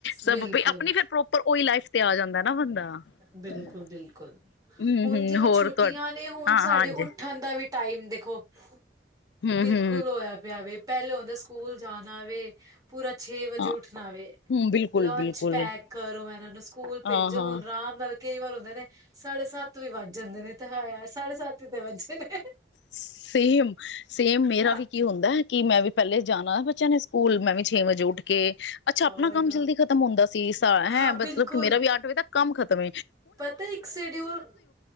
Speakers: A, on the left; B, on the right.
A: ਸਭ
B: ਬਿਲਕੁਲ
A: ਆਪਣੀ ਫਿਰ ਪ੍ਰੋਪਰ ਉਹੀ ਲਾਈਫ ਤੇ ਆ ਜਾਂਦਾ ਨਾ ਬੰਦਾ
B: ਬਿਲਕੁਲ
A: <unintelligible>
B: ਬਿਲਕੁਲ
A: ਹਮ
B: ਹੁਣ
A: ਹਮ
B: ਜਿਵੇਂ
A: ਹੋਰ
B: ਛੂਟੀਆਂ
A: ਤੁਹਾ
B: ਨੇ ਹੁਣ
A: ਹਾਂ
B: ਸਾਡੇ
A: ਹਾਂਜੀ
B: ਉੱਠਣ ਦਾ ਵੀ ਟਾਈਮ ਦੇਖੋ- <unintelligible>
A: ਹੂ- ਹੂ
B: ਸਕੁਲ ਹੋਇਆ ਪਿਆ ਵ ਪਹਿਲੇ ਹੁੰਦਾ ਸਕੂਲ ਜਾਣਾ ਵ <unintelligible> ਹ <inaudible> ਪੂਰਾ ਛੇ ਵਜੇ
A: ਹਾਂ
B: ਉੱਠਣਾਵੇ
A: ਹਮ ਬਿਲਕੁਲ
B: ਲੰਚ
A: ਬਿਲਕੁਲ
B: ਪੈਕ ਕਰੋ ਮੈਂ ਇਹਨਾਂ ਨੂੰ ਸਕੂਲ ਭੇਜੋ
A: ਹਾਂ ਹਾਂ
B: ਹੁਣ ਆਰਾਮ ਨਾਲ ਕਈ ਵਾਰ ਹੁੰਦੇ ਨੇ ਸਾਡੇ ਸੱਤ ਵੀ ਵੱਜ ਜਾਂਦੇ ਨੇ ਤੇ ਸਾਡੇ ਸੱਤ ਹੀ ਤੇ ਵੱਜੇ ਨੇ
A: ਸੇਮ ਸੇਮ ਮੇਰਾ
B: ਹਾਂ
A: ਵੀ ਕੀ ਹੁੰਦਾ ਹੈ। ਕਿ ਮੈਂ ਵੀ ਪਹਿਲੇ ਜਾਣਾ ਬੱਚਿਆਂ ਨੇ ਸਕੂਲ ਮੈਂ ਵੀ ਛੇ ਵਜੇ ਉੱਠ ਕੇ ਅੱਛਾ ਆਪਣਾ
B: ਉਹੀ
A: ਕੰਮ
B: ਨਾ
A: ਜਲਦੀ ਖ਼ਤਮ ਹੁੰਦਾ। ਹੈਂ।
B: ਹਾਂ
A: ਮਤਲਬ
B: ਬਿਲਕੁਲ
A: ਕਿ ਮੇਰਾ ਵੀ ਅੱਠ ਵਜੇ ਤੱਕ ਕੰਮ ਖ਼ਤਮ
B: ਪਤਾ ਇੱਕ ਸ਼ਡਿਊਲ